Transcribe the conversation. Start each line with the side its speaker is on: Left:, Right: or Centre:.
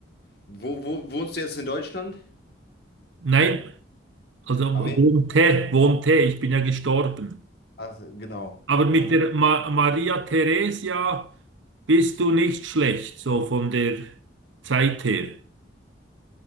Left: Wo, wo wohnst du jetzt in Deutschland?
Right: Nein, also
Left: Amerika,
Right: wohnte, wohnte, ich bin ja gestorben.
Left: ach, so, genau.
Right: Aber mit
Left: Wo, wo?
Right: der Ma Maria Theresia. bist du nicht schlecht, so von der Zeit her.